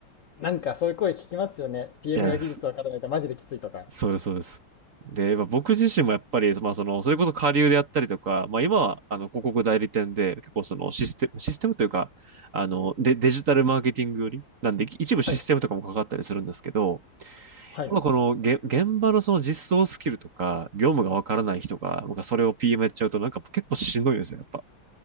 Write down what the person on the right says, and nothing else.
いや、
そそうです、そうです。で、まあ、僕自身もやっぱり、まあ、その、それこそ下流であったりとか、まあ、今は、あの、広告代理店で、結構そのシステム、システムというか、あの、デ、デジタルマーケティングより、なんで、一部システムとかもかかったりするんですけど、
まあこのげ現場のその実装スキルとか、業務がわからない人が、なんかそれを PM やっちゃうと、なんか結構しんどいんですよ、やっぱ。